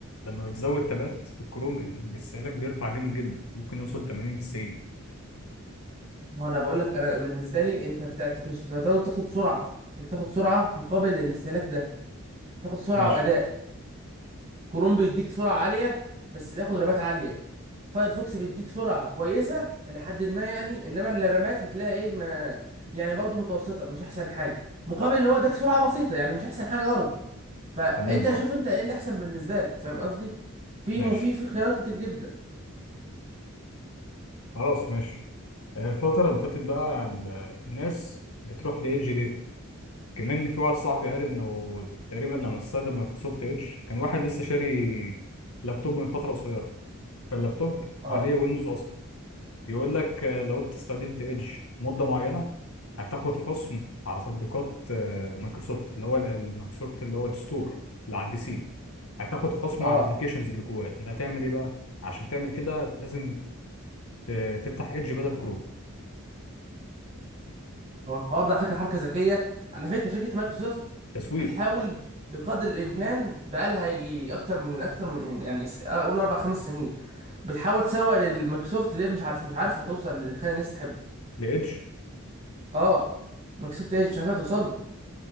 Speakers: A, on the left (about 85°); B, on the right (about 30°).
A: لما بتزود تبات الكروم الاستهلاك بيرفع جامد جدا ممكن يوصل 80 90
B: ما هو انا بقول لك انا بالنسبه لي انت بتاخد بتاخد سرعه انت بتاخد سرعه مقابل الاستهلاك ده بتاخد سرعه
A: ماشي
B: واداء كروم بيديك سرعة عالية بس بياخد رمات عالية فايرفوكس بيديك سرعة كويسة إلى حد ما يعني إنما الرمات بتلاقي إيه ما يعني برضو متوسطة مش أحسن حاجة مقابل اللي هو اداك سرعة بسيطة يعني مش أحسن حاجة برضو فأنت
A: تمام اه
B: شوف أنت إيه اللي أحسن بالنسبة لك فاهم قصدي؟ في
A: ماشي
B: مو في في خيارات كتير جدا
A: خلاص ماشي الفتره اللي فاتت بقى ال- الناس بتروح لايدج ليه كمان في واحد صاحبي قال انه تقريبا لما استخدم مايكروسوفت ايدج كان واحد لسه شاري لابتوب من فتره قصيره فاللابتوب
B: اه
A: عليه ويندوز اصلي بيقول لك آه، لو انت استخدمت ايدج مده معينه هتاخد خصم على تطبيقات آه، مايكروسوفت اللي هو ال- مايكروسوفت اللي هو الستور اللي على البي سي هتاخد خصم
B: اه
A: على الابلكيشنز اللي جواه ده تعمل ايه بقى عشان تعمل كده لازم ت- تفتح ايدج بدل كروم
B: هو الحوار ده على فكرة حركة ذكية على فكرة شركة مايكروسوفت
A: تسويق
B: بتحاول بقدر الإمكان بقالها يجي أكتر من أكتر من يعني س- أقول أربع خمس سنين بتحاول تسوق للمايكروسوفت ليه مش عارف مش عارفه توصل اللي خلي الناس تحب
A: لايدج
B: اه مايكروسوفت ايدج مش عارفه توصل له